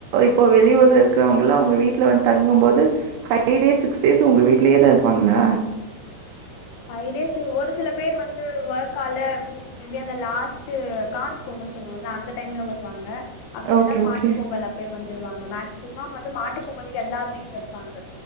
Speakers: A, on the right (about 80°); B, on the left (about 80°).
A: இப்ப வெளியூற இருக்கிறவங்க லா உங்க வீட்ல வந்து தங்கும் போது பைவ் டேஸ் சிக்ஸ் டேஸ் உங்க வீடலயே தா இருப்பாங்களா
B: பய்வ் டேஸ் ஒரு சில பேர் வந்து ஒர்க் ஆல மேபி அந்த லாஸ்ட் காணுப்பொங்கல் சொல்லுவல அந்த டைம்ல வருவாங்க அப்டில்லனா
A: ஓகே,
B: மாட்டு
A: ஓகே.
B: பொங்கல் அப்டியே வந்துருவாங்க மேக்சிமம் வந்து மாட்டு பொங்கலுக்கு எல்லாருமே இங்க இருப்பாங்க